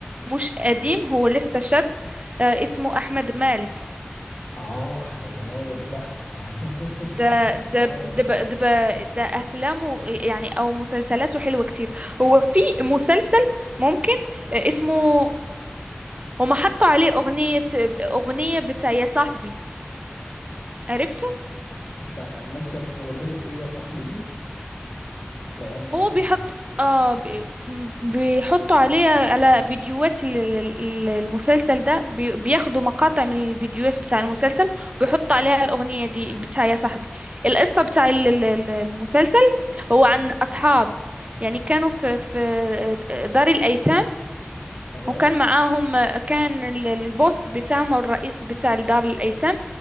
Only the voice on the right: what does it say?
مش قديم هو لسه شاب آه اسمه أحمد مالك
ده ده
ده ب- ده ب- ده أفلامه يعني أو مسلسلاته حلوة كتير هو في مسلسل ممكن آه، اسمه هما حطوا عليه أغنية أغنية بتاع يا صاحبي عرفته
هو
بيحط اه بي- بيحطوا عليه على فيديوهات ال- ال- ال- المسلسل ده بي- بياخدوا مقاطع من الفيديوهات بتاع المسلسل ويحطوا عليها الأغنية دي بتاع يا صاحبي القصة بتاع ال- ال- ال- المسلسل هو عن أصحاب يعني كانوا في في دار الأيتام
وكان معاهم كان ال- البوس بتاعهم أو الرئيس بتاع دار الأيتام